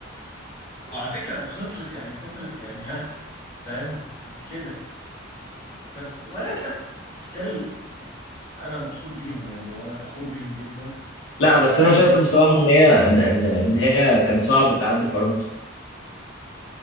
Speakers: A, on the left (about 45°); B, on the left (about 80°).
A: وعلى فكرة وخسرت يعني خسرت يعني ها فاهم يعني كده بس ولا ستيل يعني أنا مبسوط بيهم يعني وأنا فخور بيهم جدا
B: لا
A: على
B: بس
A: الأقل
B: انا شايف
A: وصلوا
B: بصراحه ان هي ان ان إن هي كان صعب تعدي فرنسا